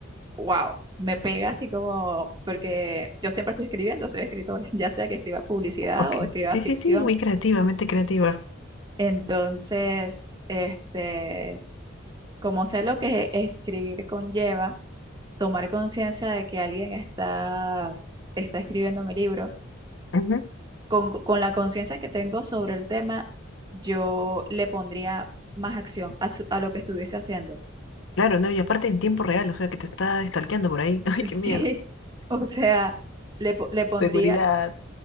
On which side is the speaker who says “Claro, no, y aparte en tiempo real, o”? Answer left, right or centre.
Left